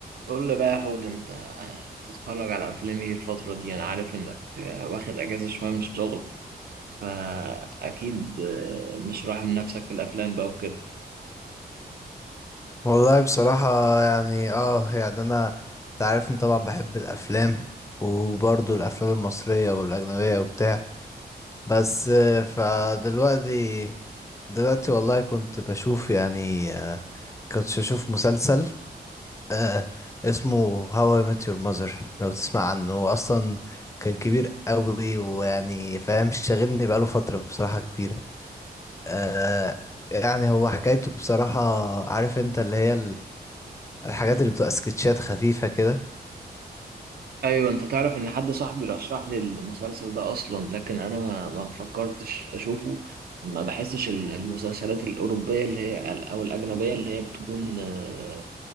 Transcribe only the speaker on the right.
قول لي بقى يا حود انت بتتفرج على افلام ايه الفترة دي انا عارف انك واخد اجازة شوية من الشغل فاكيد مش راحم نفسك في الافلام بقى وكده
ايوه انت تعرف ان حد صاحبي رشح لي المسلسل ده اصلا لكن انا ما ما فكرتش اشوفه ما بحسش ال- المسلسلات الاوروبية اللي هي او الاجنبية اللي هي بتكون آه،